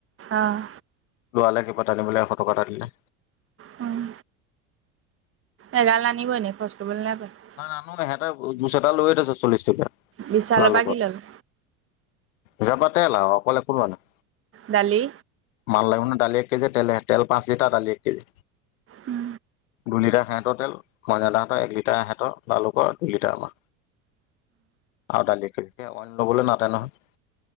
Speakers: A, on the right; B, on the left.
A: অ',
B: লৱালে কিবা টানিবলে এশ টকা এটা দিলে
A: উম এ গাল আনিবই ন খৰচ কৰিবলৈ নাই পইচা
B: নাই নানো এহেটে জুচ এটা লৈয়ে থৈছে চল্লিশ টকীয়া
A: বিশালৰ
B: লালুকত
A: পৰা কি ল'লে
B: জে পাতে লাও অকল একো লোৱা নাই
A: দালি
B: মাল লাগিব ন দালি এক কেজি তে তেল পাঁচ লিটাৰ দালি এক কেজি
A: উম
B: দুই লিটাৰ হেহঁতৰ তেল মইদা হঁতৰ এক লিটাৰ এহেতৰ লালুকৰ দুই লিটাৰ আমা আৰু দালি এক কেজি অন্য লবলৈ নাতে নহয়